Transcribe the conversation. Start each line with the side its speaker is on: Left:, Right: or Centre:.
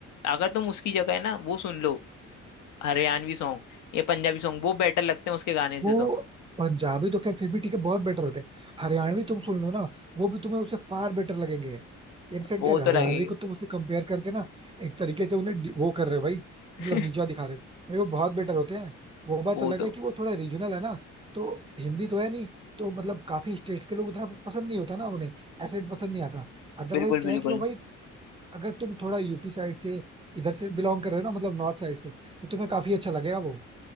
Left: अगर तुम उसकी जगह है ना वो सुन लो हरियाणवी सॉन्ग या पंजाबी सॉन्ग वो बेटर लगते हैं उसके गाने से
Right: वो
Left: तो
Right: पंजाबी तो खैर फिर भी ठीक है बहुत बेटर होते हैं हरियाणवी तुम सुन लो ना वो भी तुम्हें उससे फार बेटर लगेंगे इनफैक्ट
Left: वो
Right: यार हरियाणवी
Left: तो लगेंगे
Right: को तुम उससे कंपेयर करके ना एक तरीके से उन्हें डि- वो कर रहे हो भाई
Left: <laughs>
Right: मतलब नीचा दिखा रहे हो भाई वो बहुत बेटर होते हैं वो बात
Left: वो
Right: अलग
Left: तो
Right: है कि वो थोड़ा रीजनल है ना तो हिंदी तो है नहीं तो मतलब काफी स्टेट्स के लोग उतना पसंद नहीं होता ना उन्हें एसेंट पसंद नहीं आता अदरवाइज
Left: बिल्कुल
Right: क्या
Left: बिल्कुल
Right: है कि वो भाई अगर तुम थोड़ा यूपी साइड से इधर से बिलोंग कर रहे हो ना मतलब नॉर्थ साइड से तो तुम्हें काफी अच्छा लगेगा वो